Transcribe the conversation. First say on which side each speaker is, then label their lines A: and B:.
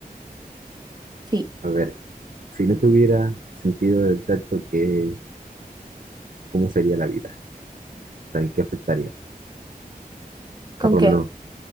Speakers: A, on the right; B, on the right.
A: Sí,
B: A ver. Si no tuviera sentido del tacto, ¿qué, cómo sería la vida? O ¿En qué afectaría? O
A: ¿con
B: sea, por
A: qué?
B: lo menos, o